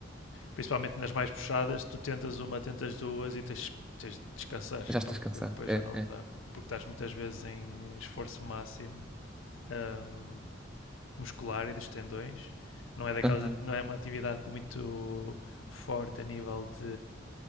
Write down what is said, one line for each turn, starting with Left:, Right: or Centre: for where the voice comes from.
Left: principalmente nas mais puxadas, tu tentas uma, tentas duas e tens, tens de descansar,
Centre: Já estás
Left: porque
Centre: cansado,
Left: depois
Centre: é,
Left: já não
Centre: é.
Left: dá, porque estás muitas vezes em esforço máximo. hum, muscular e dos tendões. Não é, daquelas,
Centre: Aham,
Left: não é uma atividade muito forte a nível, de,